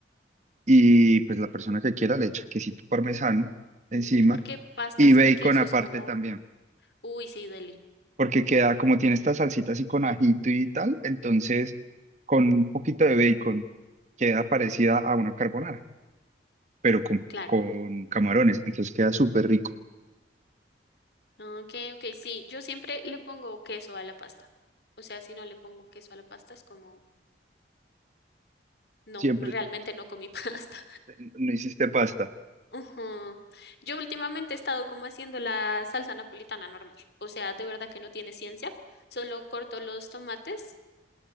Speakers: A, on the right (about 40°); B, on the left (about 60°).
A: y pues la persona que quiera le echa quesito parmesano encima
B: Y porque pasta
A: y
B: sin
A: bacon
B: queso
A: aparte
B: es como,
A: también.
B: uy, sí, deli,
A: porque queda como tiene esta salsita así con ajito y tal, entonces con un poquito de bacon queda parecida a una carbonara, pero con,
B: claro.
A: con camarones, entonces queda súper rico.
B: Ah, Ok, ok, sí, yo siempre le pongo queso a la pasta. O sea, si no le pongo queso a la pasta es como, no,
A: Siempre
B: no, realmente no comí <laughs> pasta.
A: eh, no hiciste pasta,
B: Ujú. Yo últimamente he estado como haciendo la salsa napolitana normal. O sea, de verdad que no tiene ciencia. Solo corto los tomates,